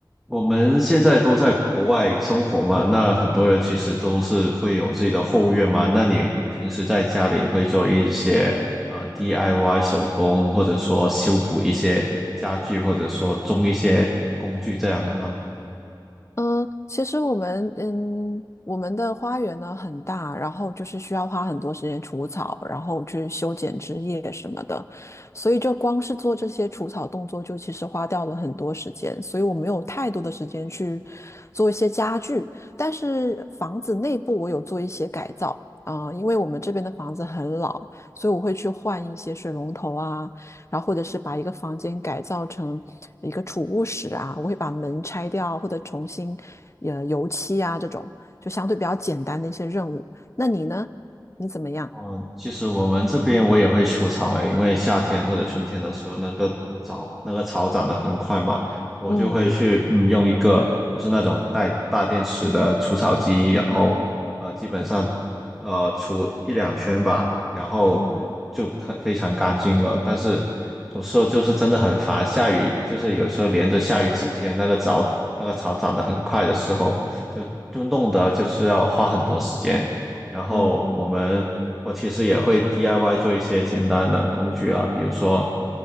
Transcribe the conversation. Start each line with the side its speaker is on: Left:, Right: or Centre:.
Centre: 我们现在都在国外生活嘛，那很多人其实都是会有自己的后院嘛。那你平时在家里会做一些呃 DIY 手工，或者说修补一些家具，或者说种一些工具这样的吗？
Left: 嗯，其实我们嗯，我们的花园呢很大，然后就是需要花很多时间除草，然后去修剪枝叶什么的，所以就光是做这些除草动作，就其实花掉了很多时间，所以我没有太多的时间去做一些家具，但是房子内部我有做一些改造啊，因为我们这边的房子很老，所以我会去换一些水龙头啊。然后或者是把一个房间改造成一个储物室啊，我会把门拆掉或者重新呃油漆啊这种，就相对比较简单的一些任务。那你呢？你怎么样？
Centre: 嗯，其实我们这边我也会除草诶，因为夏天或者春天的时候，那个草那个草长得很快嘛，我就会去嗯用一个就是那种带大电池的除草机，
Left: 嗯
Centre: 然后呃基本上呃除一两圈吧，然后就很非常干净了。
Left: 嗯
Centre: 但是有时候就是真的很烦，下雨就是有时候连着下雨几天，那个草那个草长得很快的时候，就就弄得就是要花很多时间。然后我们我其实也会
Left: 嗯嗯
Centre: DIY 做一些简单的工具啊，比如说，